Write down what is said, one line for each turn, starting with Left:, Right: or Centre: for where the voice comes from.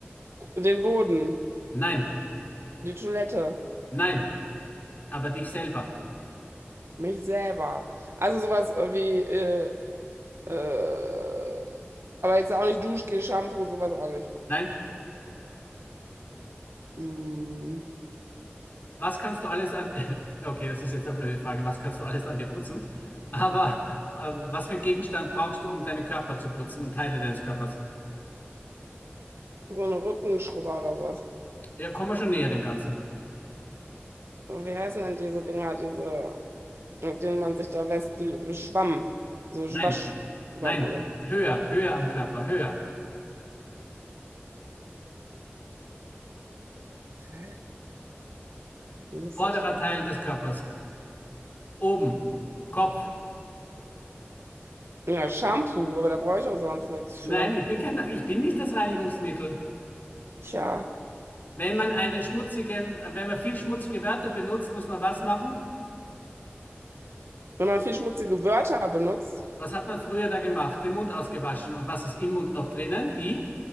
Right: Den Boden,
Left: nein,
Right: die Toilette,
Left: nein. Aber dich selber.
Right: mich selber. Also sowas äh, wie, äh, äh, aber jetzt auch nicht Duschgel, Shampoo, sowas auch nicht.
Left: Nein,
Right: Mm,
Left: Was kannst du alles an, <laughs> ja, okay, das ist jetzt eine blöde Frage. Was kannst du alles an dir putzen? Aber äh, was für einen Gegenstand brauchst du, um deinen Körper zu putzen und Teile deines Körpers?
Right: So ein Rückenschrubber oder sowas.
Left: Ja, komm mal schon näher dem Ganzen.
Right: Wie heißen denn diese Dinger, diese, mit denen man sich da wäscht, die- Schwamm, so
Left: Nein,
Right: Waschschwamm
Left: nein,
Right: oder so.
Left: höher, höher am Körper, höher.
Right: Okay, muss
Left: Vorderer
Right: ich denn?
Left: Teil des Körpers, oben, Kopf.
Right: Ja, Shampoo, aber da brauche ich auch sonst nichts für.
Left: Nein, ich bin kein, ich bin nicht das Reinigungsmittel.
Right: Tja,
Left: Wenn man einen schmutzigen, wenn man viel schmutzige Wörter benutzt, muss man was machen?
Right: wenn man viel schmutzige Wörter benutzt,
Left: Was hat man früher da gemacht? Den Mund ausgewaschen. Und was ist im Mund noch drinnen? Die?